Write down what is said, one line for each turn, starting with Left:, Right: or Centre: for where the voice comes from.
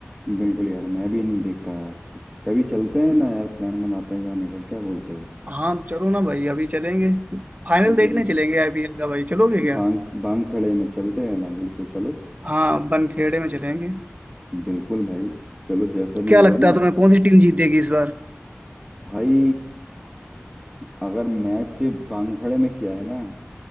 Centre: बिल्कुल यार मैं भी नहीं देख पाया आज तक कभी चलते हैं ना यार प्लान बनाते हैं जाने का क्या बोलते हो
Right: हाँ चलो ना भाई अभी चलेंगे फाइनल देखने
Centre: बिल्कुल
Right: चलेंगे आईपीएल का भाई चलोगे क्या
Centre: बांग बांग खड़े में चलते हैं ना बिल्कुल चलो
Right: हाँ बनखेड़े में चलेंगे
Centre: बिल्कुल भाई चलो जैसा
Right: क्या
Centre: भी होगा
Right: लगता
Centre: ना
Right: है तुम्हें कौन सी टीम जीत देगी इस बार <laughs>
Centre: भाई अगर मैच बांखड़े में किया है ना